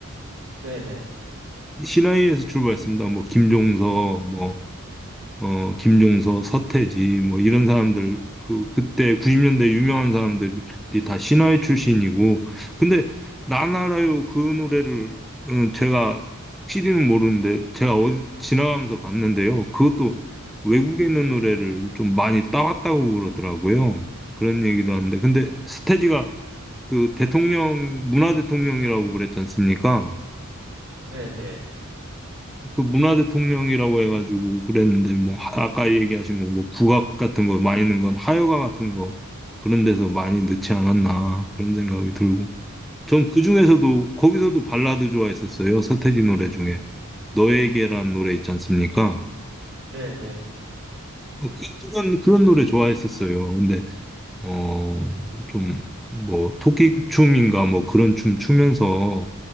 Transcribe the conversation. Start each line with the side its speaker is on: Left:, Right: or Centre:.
Right: 네네.
Centre: 신화위에서 출발했습니다. 뭐 김종서, 뭐 어, 김종서, 서태지, 뭐 이런 사람들 그 그때 90년대 유명한 사람들이 다 신화위 출신이고, 근데 나나라요 그 노래를 음, 제가 실히는 모르는데 제가 어디 지나가면서 봤는데요. 그것도 외국에 있는 노래를 좀 많이 따왔다고 그러더라고요. 그런 얘기도 하는데, 근데 서태지가 그 대통령 문화 대통령이라고 그랬지 않습니까?
Right: 네네.
Centre: 그 문화 대통령이라고 해가지고 그랬는데 뭐 하- 아까 얘기하신 거 뭐 국악 같은 거 많이 넣은 건 하여가 같은 거 그런 데서 많이 넣지 않았나 그런 생각이 들고 전 그중에서도 거기서도 발라드 좋아했었어요 서태지 노래 중에 너에게란 노래 있지 않습니까
Right: 네네.
Centre: 그- 그, 그런 그런 노래 좋아했었어요 근데 어 좀 뭐 토끼춤인가 뭐 그런 춤 추면서